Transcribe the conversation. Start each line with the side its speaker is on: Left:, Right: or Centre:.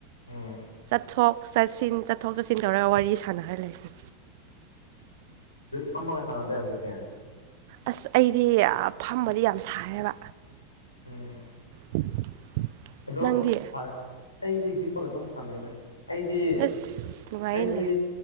Left: ꯎꯝ
Right: ꯆꯠꯊꯣꯛ ꯆꯠꯁꯤꯟ ꯆꯠꯊꯣꯛ ꯆꯠꯁꯤꯟ ꯇꯧꯔꯒ ꯋꯥꯔꯤ ꯁꯥꯟꯅꯔ ꯂꯩꯔꯦ
Left: ꯈꯃꯒ ꯁꯥꯟꯅꯗ ꯍꯧꯖꯤꯛꯀꯦ
Right: ꯑꯁ ꯑꯩꯗꯤ ꯐꯝꯕꯗꯤ ꯌꯥꯝ ꯁꯥꯏꯌꯦꯕ
Left: ꯎꯝ
Right: <inaudible>
Left: ꯑꯗꯣ
Right: ꯅꯪꯗꯤ
Left: ꯐꯔꯦ ꯑꯩꯗꯤ ꯍꯤꯞꯄꯒ ꯑꯗꯨꯝ ꯁꯥꯟꯅꯩꯔ ꯑꯩꯗꯤ
Right: ꯑꯁ ꯅꯨꯡꯉꯥꯏꯌꯦꯅꯦ
Left: ꯑꯩꯗꯤ